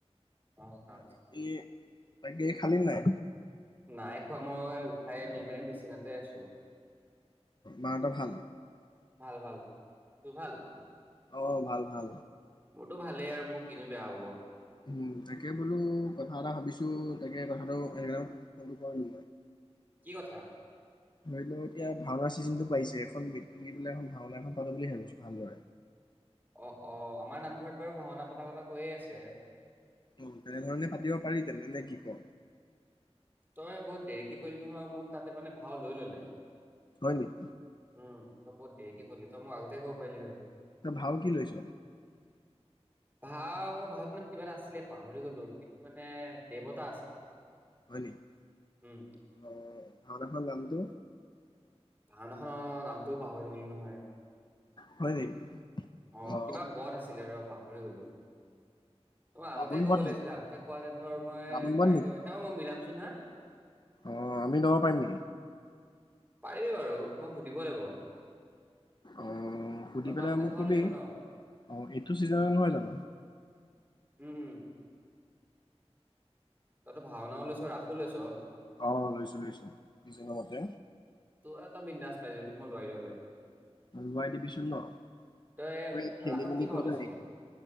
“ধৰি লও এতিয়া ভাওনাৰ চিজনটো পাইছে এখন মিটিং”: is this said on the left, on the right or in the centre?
Left